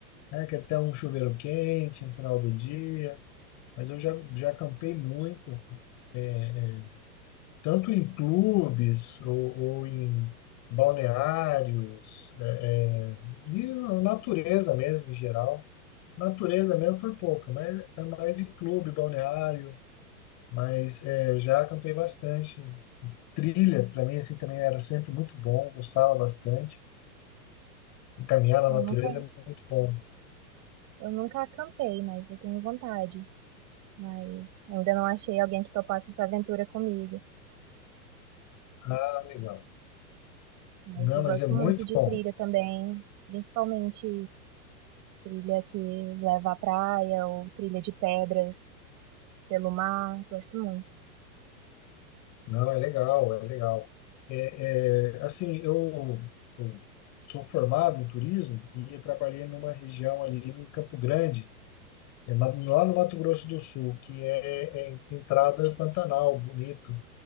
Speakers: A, on the left; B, on the right.
A: né? Quer ter um chuveiro quente no final do dia. Mas eu já, já acampei muito, é, é, tanto em clubes ou, ou em balneários, é, é, e na natureza mesmo, em geral. Natureza mesmo foi pouca, mas é mais de clube, balneário, mas é, já acampei bastante. Trilha, para mim, assim, também era sempre muito bom, gostava bastante. Caminhar na
B: Eu
A: natureza
B: nunca,
A: é muito bom.
B: eu nunca acampei, mas eu tenho vontade. Mas ainda não achei alguém que topasse essa aventura comigo.
A: Ah, legal.
B: Mas
A: Não,
B: eu gosto
A: mas é muito
B: muito de
A: bom.
B: trilha também, principalmente trilha que leva à praia ou trilha de pedras pelo mar. Gosto muito.
A: Não, é legal, é legal. É, é, assim, eu, eu sou formado em turismo e eu trabalhei numa região ali em Campo Grande, é, ma- lá no Mato Grosso do Sul, que é, é entrada Pantanal, bonito.